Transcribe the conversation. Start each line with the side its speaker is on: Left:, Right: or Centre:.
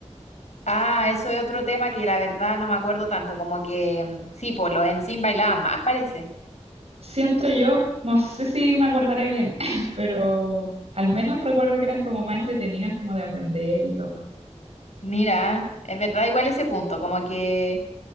Left: Ah, eso es otro tema que la verdad no me acuerdo tanto, como que mm, sí, por los Ensign bailaban más, parece.
Right: siento yo, no sé si me acordaré bien, <laughs> pero al menos recuerdo que eran como más entretenidas, como de aprender y todo.
Left: Mira, es verdad, igual ese punto, como que,